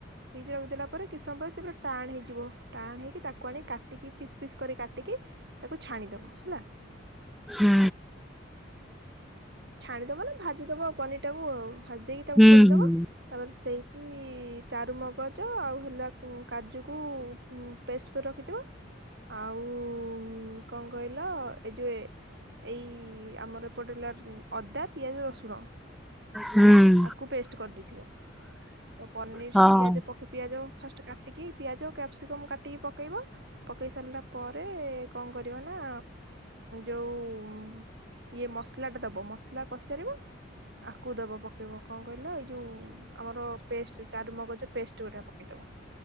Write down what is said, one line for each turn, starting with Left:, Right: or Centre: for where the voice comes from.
Right: ଫ୍ରିଜ୍ ରେ ରଖିଦେଲା ପରେ କିଛି ସମୟପରେ ସେ ପୁରା ଟାଣେ ହେଇଯିବ ଟାଣ ହେଇକି ତାକୁ ଆଣି କାଟିକି ଫିସ୍ ପିସ୍ କରି କାଟିକି ତାକୁ ଛାଣିଦବ ହେଲା।
Centre: ହୁଁ।
Right: ଛାଣିଦବ ନା ଭାଜିଦବ ପନିର ଟାକୁ ଆଉ ଭାଜି ଦେଇକି ତାକୁ
Centre: ହୁଁ
Right: ଖୋଲିଦବ।
Centre: ହୁଁ
Right: ତାପରେ ସେଇଠି ଚାରୁମଗଜ ଆଉ ହେଲା କୁ କାଜୁକୁ ପେଷ୍ଟ କରି ରଖିଥିବ। ଆଉ କଣ କହିଲ ଏ ଯୋଉ ଏଇ ଆମର ପଡିଲା ଉଁ ଅଦା ପିଆଜ ରସୁଣ।
Centre: ହୁଁ।
Right: ଆକୁ ପେଷ୍ଟ କରିଦେଇଥିବ। ତ ପନିର
Centre: ହଁ
Right: ସେ ପିଆଜ ପଖୁ ପିଆଜ ଫାଷ୍ଟେ କା ଟିକି ପିଆଜ ଆଉ କ୍ୟାପ୍ସିକମ୍ କାଟିକି ପକେଇବ ପକେଇ ସାରିଲା ପରେ କଣ କରିବ ନା ଯୋଉ ଇଏ ମସଲା ଟା ଦବ ମସଲା କଶି ସାରିବ ଆକୁ ଦବ ପକେଇବ କଣ କହିଲ ଏଇ ଯୋଉ ଆମର ପେଷ୍ଟ ଚାରୁମଗଜ ପେଷ୍ଟ ଗୋଟେ ପକେଇଦବ